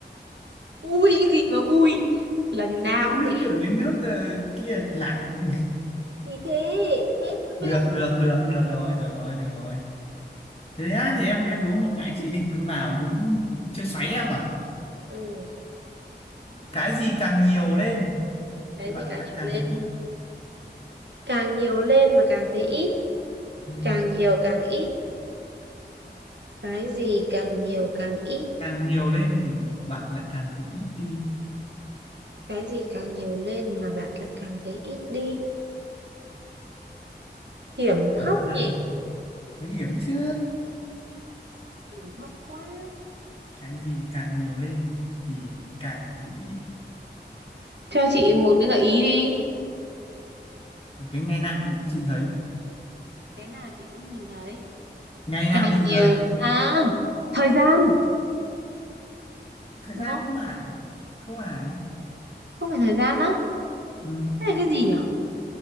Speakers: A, on the right (about 75°); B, on the left (about 30°).
A: ui cái gì mà ui lần nào
B: cứ
A: cũng
B: liên
A: thế
B: tưởng đến nước ờ, kia lảo <laughs>
A: thì thế thế thì nó mới
B: được
A: là câu
B: được được được rồi được rồi được rồi thế á thì em em đố ngược lại chị đi cứ nào cũng chơi xoáy em à
A: ừ
B: cái gì càng nhiều lên
A: cái
B: thì bạn
A: gì càng
B: lại
A: nhiều
B: càng
A: lên
B: thấy ít
A: càng nhiều lên mà càng thấy ít
B: ừ.
A: càng nhiều càng ít cái gì càng nhiều càng ít
B: càng nhiều lên thì bạn lại càng thấy ít đi
A: cái gì càng nhiều lên mà bạn lại càng thấy ít đi hiểm
B: đó
A: hóc nhỉ
B: là nguy hiểm chứ
A: hiểm hóc quá
B: cái gì càng nhiều lên thì càng thấy ít
A: cho chị một cái gợi ý đi
B: cái ngày nào cũng chị thấy
A: cái nào chị cũng nhìn thấy
B: ngày nào
A: càng
B: cũng nhìn
A: nhiều
B: thấy
A: à thời gian
B: thời
A: đúng
B: gian
A: không
B: không phải không phải
A: không phải thời gian á
B: ừ.
A: cái này cái gì nhỉ